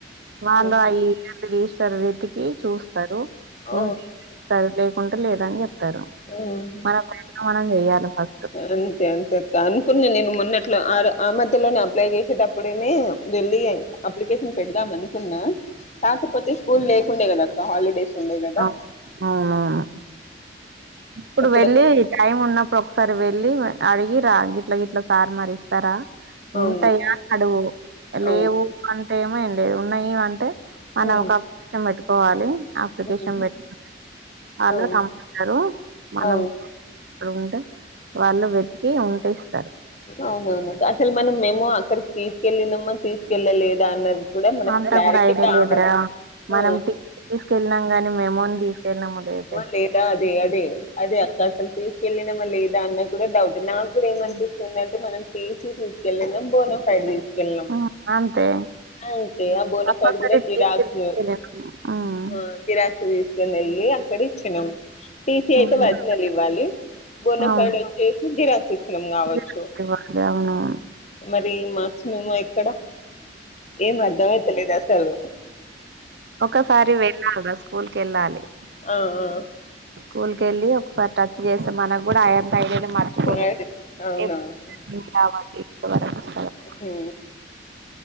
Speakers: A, on the right; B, on the left.
A: వాళ్లయి
B: ఉమ్,
A: రిజిస్టర్ వెతికి చూస్తరు
B: ఆ,
A: ఉంటేమో ఇస్తరు, లేకుంటే లేదని చెప్తరు.
B: ఉమ్.
A: మన ప్రయత్నం మనం చెయాలె ఫస్ట్.
B: అంతే అంతే అ అనుకున్న నేను మొన్నే ట్లో ఆ ఆ మధ్యలోనే అప్లై చేసేటప్పుడేనే వెళ్ళి అప్లికేషన్ పెడదాం అనుకున్నా. కాకపోతే స్కూల్ లేకుండే కదా. ఇంకా హాలిడేస్ ఉండే కదా.
A: అవును అవునవును ఇప్పుడు
B: ఎప్పుడో
A: వెళ్లి టైం ఉన్నప్పుడు ఒకసారి వెళ్ళి అడిగి రా, గిట్ల గిట్లా సారు మరి స్తారా
B: అవును
A: ఉంటాయా అడూ
B: అవును
A: లేవు అంటేమో ఏం లేదు, ఉన్నాయి అంటే మనం
B: హ్మ్
A: ఒక అప్లికేషన్ పెట్టుకోవాలి, అప్లికేషన్
B: హ్మ్
A: పెట్టుకుం ఆళ్లు
B: అవును
A: <unintelligible> మనం
B: అవును
A: అంటే వాళ్ళు వెతికి ఉంటే ఇస్తారు.
B: అవునవును యాక్చువల్లీ మనం మెమో అక్కడికి తీసుకెళ్లినమా లేదా అన్నది. కూడా మనకి
A: అంతా
B: క్లారిటీ
A: కూడా ఐడియా
B: కావాలి,
A: లేదురా
B: ఆ
A: మనం టీ తీసుకెళ్ళినాం గాని మెమోని తీసుకెళ్ళినామో లేదో తెల్వదు
B: లేదా అదే అదే అదే అక్క అసలు తీసుకెళ్లినమ లేదా అన్నది కూడా డౌట్ నాకు కూడా ఏమనిపిస్తుంది
A: ఉ
B: అంటే టీ సి తీసుకెళ్లినం బోనాఫైడ్ తీసుకెళ్లినం
A: ఉమ్ అంతే
B: అంతే ఆ బోనఫైడ్
A: కంపల్సరీ
B: కూడా జిరాక్సు
A: టీసీ తీసుకెళ్ళినాము ఉమ్
B: ఆ జిరాక్స్ తీసుకొని వెళ్లి అక్కడిచ్చినం, టీ సీ అయితే
A: ఉమ్
B: వరిజినల్ ఇవ్వాలి. బోనఫైడు
A: అవును
B: వచ్చేసి జిరాక్స్ తీసుకున్నాం కావచ్చు,
A: విరాళాలు ఇవ్వాలి అవునవును
B: మరి మా చినమో ఎక్కడ ఏం అర్థమైతలేదు అసలు
A: ఒకసారి వెళ్ళాల్రా స్కూల్కి కెళ్ళాలి.
B: ఆ ఆ
A: స్కూల్ కెళ్ళి ఒకసారి టచ్ చేస్తే మనకు కూడా ఆయ తైలని మరచపోలేదు
B: అది అవునవును
A: ఎప్ <unintelligible>
B: ఉహు